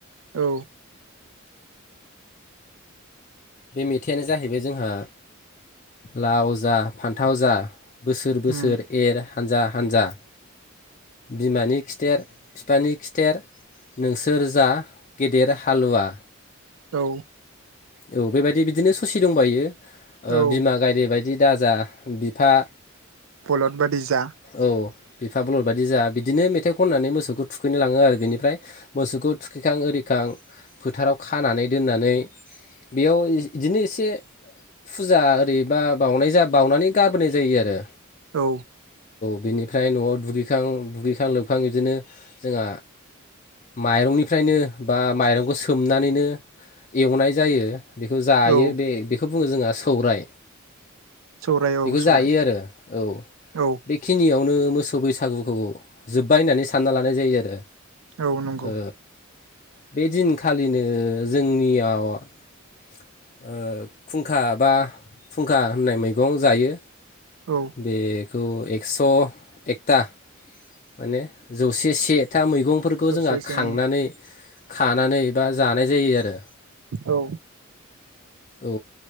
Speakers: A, on the right; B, on the left.
A: औ।
B: बे मेथाइयानो जाहैबाय जोंहा लाव जा फान्थाव जा बोसोर बोसोर
A: उम
B: एर हानजा हानजा बिमानि खिथेर बिफानि खिथेर नोंसोर जा गेदेर हालुवा
A: औ
B: औ बेबायदि बिदिनो ससि दंबायो। ओ
A: औ
B: बिमा गाय बाय दि दाजा बिफा
A: बलद बादि जा
B: ओ औ। बिफा बलद बायदि जा बिदिनो मेथाइ खननानै मोसौखौ थुखैनो लाङो आरो बेनिफ्राय मोसौखौ थुखैखां ओरिखां फोथाराव खानानै दोननानै बेयाव इदिनो एसे फुजा ओरैबा बावनाय जा बावनानै गारबोनाय जायो आरो।
A: औ।
B: बिनिफ्राय न'आव दुगैखां दुगैखां लोबखां इदिनो जोंहा माइरंनिफ्रायनो बा माइरंखौ सोमनानैनो एवनाय जायो। बेखौ जायो
A: औ
B: बे बेखौ बुङो जोंहा सौराय।
A: सौराय
B: बेखौ
A: औ सौराय
B: जायो आरो औ
A: औ
B: बेखिनियाव नो मोसौ बैसागुखौ जोब्बाय होननानै सानना ला नाय जायो आरो।
A: औ नंगौ
B: ओ बे दिन खालिनो जोंनियाव ओ खुंखा बा फुंखा होननाय मैगं जायो।
A: औ
B: बे खौ एकस' एकथा माने जौसे सेथा मै गंफोरखौ
A: ससे
B: जोंहा
A: जों
B: खांनानै खानानै बा जानाय जायो आरो।
A: औ।
B: औ